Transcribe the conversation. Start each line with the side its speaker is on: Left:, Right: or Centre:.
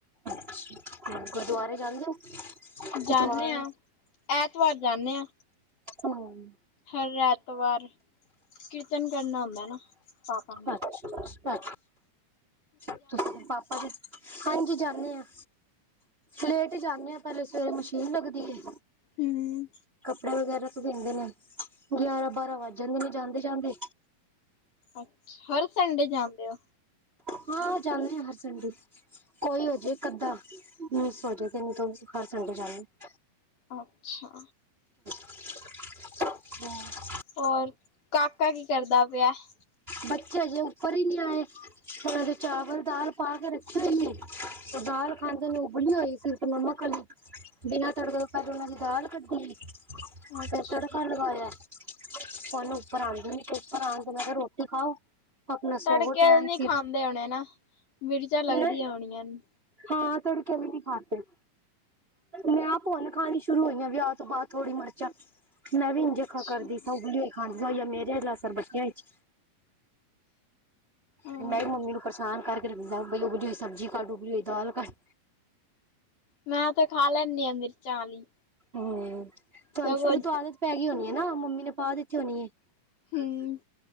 Right: ਹੂੰ, ਗੁਰਦੁਆਰੇ ਜਾਂਦੇ ਹੋ?
Left: ਜਾਂਦੇ
Right: ਗੁਰਦੁਆਰੇ
Left: ਹਾਂ ਐਤਵਾਰ ਜਾਂਦੇ ਹਾਂ
Right: ਹਮ।
Left: ਹਰ ਐਤਵਾਰ ਨੂੰ। ਕੀਰਤਨ ਕਰਨਾ ਆਉਂਦਾ ਨਾ, ਪਾਪਾ ਨੂੰ।
Right: ਅੱਛਾ ਅੱਛਾ, ਪਾਪਾ ਨੇ। ਹਾਂਜੀ ਜਾਣੇ ਆਂ। ਲੇਟ ਜਾਣੇ ਆਂ। ਪਹਿਲੇ ਸਵੇਰੇ ਮਸ਼ੀਨ ਲੱਗਦੀ ਏ।
Left: ਹਮ
Right: ਕੱਪੜੇ ਵਗੈਰਾ ਧੋਈਦੇ ਨੇ ਗਿਆਰਾਂ- ਬਾਰਾਂ ਵੱਜ ਜਾਂਦੇ ਨੇ ਜਾਂਦੇ- ਜਾਂਦੇ।
Left: ਅੱਛ, ਹਰ ਸੰਡੇ ਜਾਂਦੇ ਹੋ?
Right: ਹਾਂ ਜਾਣੇ ਹਾਂਹਰ ਸੰਡੇ, ਕੋਈ ਹੋਜੇ ਇੱਕ- ਅੱਧਾ ਮਿੱਸ ਹੋਜੇ ਨਹੀਂ ਤੇ ਹਰ ਸੰਡੇ ਜਾਣੇ ਹਾਂ।
Left: ਅੱਛਾ।
Right: ਹੂੰ।
Left: ਹੋਰ ਕਾਕਾ ਕੀ ਕਰਦਾ ਪਿਆ ਹੈ?
Right: ਬੱਚੇ ਅਜੇ ਉਪਰ ਹੀ ਨਹੀਂ ਆਏ, ਉਹਨੇ ਦੇ ਚਾਵਲ ਦਾਲ ਪਾ ਕੇ ਰੱਖੀ ਹੋਈ ਹੈ। ਦਾਲ ਖਾਂਦੇ ਨਹੀਂ ਉਬਲੀ ਹੋਈ ਸੀ, ਫਿਰ ਮੰਮਾ ਇੱਕਲੀ ਬਿਨਾਂ ਤੜਕੇ ਤੋਂ ਪਹਿਲੇ ਉਹਨਾਂ ਦੀ ਦਾਲ ਕੱਢੀ।
Left: ਅੱਛਾ।
Right: ਫਿਰ ਤੜਕਾ ਲਗਾਇਆ, ਹੁਣ ਉੱਪਰ ਆਉਂਦੇ ਨਹੀਂ। ਕੁਛ ਬਣਾਉਣਗੇ ਮੈਂ ਕਿਹਾ ਰੋਟੀ ਖਾਓ। ਆਪਣਾ ਸੋਵੋ
Left: ਤੜਕੇ
Right: ਟਾਈਮ
Left: ਨੀ
Right: ਸਿਰ
Left: ਖਾਂਦੇ ਹੋਣੇ ਨਾ ਮਿਰਚਾਂ ਲੱਗਦੀਆਂ
Right: ਹੈ,
Left: ਹੋਣੀਆਂ ਨੇ।
Right: ਹਾਂ। ਤੜਕੇ ਵੀ ਨਹੀਂ ਖਾਂਦੇ, ਮੈ ਆਪ ਹੁਣ ਖਾਣੀ ਸ਼ੁਰੂ ਹੋਈ ਆ, ਵਿਆਹ ਤੋਂ ਬਾਅਦ ਥੋੜੀ ਮਿਰਚਾਂ, ਮੈਂ ਵੀ ਇੰਝ ਹੀ
Left: ਅੱਛਾ
Right: ਖਾ ਕਰਦੀ ਸੀ, ਉਬਲੀ ਖਾਂਦਾ ਹੋਆ ਮੇਰੇ। ਪਰ ਬੱਚਿਆਂ ਵਿੱਚ
Left: ਹਾਂ
Right: ਮੈਂ ਵੀ ਮੰਮੀ ਨੂੰ ਪਰੇਸ਼ਾਨ। ਫਿਰ ਗਲ਼ ਪਈ ਹੋਈ ਉਬਲੀ ਸਬਜ਼ੀ ਕੱਢ, ਉਬਲੀ ਹੋਈ ਦਾਲ ਕੱਢ
Left: ਮੈਂ ਤੇ ਖਾ ਲੈਂਦੀ ਆ ਮਿਰਚਾਂ ਵਾਲੀ।
Right: ਹਮ, ਤੁਹਾਨੂੰ
Left: ਸਗੋਂ
Right: ਸ਼ੁਰੂ ਤੋਂ ਆਦਤ ਪੈ ਗਈ ਹੋਣੀ ਹੈ ਨਾ, ਮੰਮੀ ਨੇ ਪਾ ਦਿੱਤੀ ਹੋਣੀ ਹੈ।
Left: ਹਮ